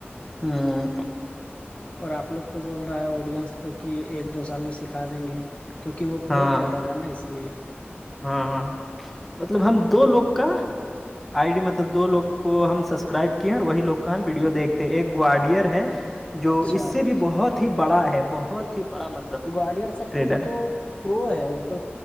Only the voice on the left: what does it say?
اور آپ لوگ کو بول رہا ہے آڈینس کو کہ ایک دو سال میں سکھا دیں گے کیونکہ وہ پرو
ٹریڈر ہے نا اس لیے
اچھا
گواڈئر سر
تو وہ
تو پرو ہے وہ تو